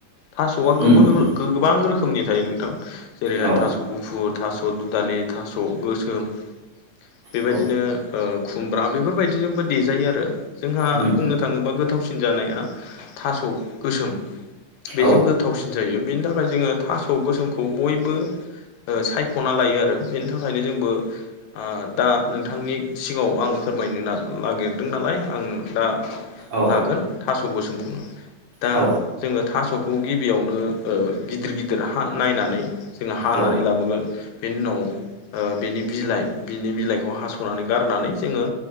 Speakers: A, on the left; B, on the right.
A: थासआ
B: उम
A: गोबोर
B: उम
A: गोबां रोखोमनि थायो नोंथां। जेरैहाय
B: औ
A: थास‌'गुफुर, थास' दुदालि, थास‌ गोसोम, बेबायदिनो
B: औ
A: ओ खुम्रा बेफोरबायदि जोंबो देजायो आरो जोंहा
B: उम
A: बुंनो
B: उम
A: थाङोबा गोथावसि जानाया थास गोसोम बेजों
B: औ
A: गोथावसिन जायो बेनि थाखाय जोङो थास गोसोमखौ बयबो ओ सायखना लायो आरो बेनि थाखायनो जोंबो ओ दा नों थांनि सिगाङाव आं फोरमायनो ना-नागिरदों नालाय आं दा
B: औ
A: लागोन थास <unintelligible> गोसोमखौनो दा
B: औ
A: जोङो थसखौ खौ गिबियावनो ओ गिदिर गिदिर नायनानै जोंङो हानानै
B: औ
A: लाबोगोन। बेनि उनाव ओ बेनि बिलाइ बिनि बिलाइखौ हास खनानै गारनानै जोङो